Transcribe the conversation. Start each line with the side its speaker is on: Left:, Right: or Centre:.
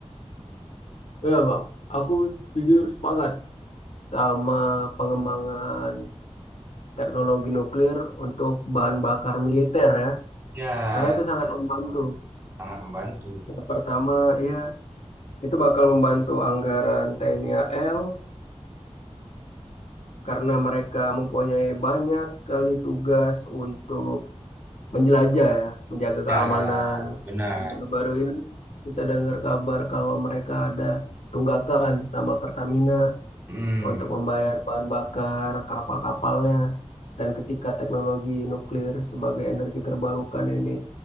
Left: Iya bang, aku jujur sepakat sama pengembangan teknologi nuklir untuk bahan bakar militer ya,
Right: Ya,
Left: karena itu sangat membantu.
Right: sangat membantu.
Left: Yang pertama, ya itu bakal membantu anggaran TNI AL karena mereka mempunyai banyak sekali tugas untuk menjelajah ya, menjaga
Right: Ya,
Left: keamanan.
Right: benar.
Left: Dan Baru-baru ini kita dengar kabar kalau mereka ada tunggakan sama Pertamina.
Right: Hmm,
Left: untuk membayar bahan bakar kapal-kapalnya. Dan ketika teknologi nuklir sebagai energi terbarukan ini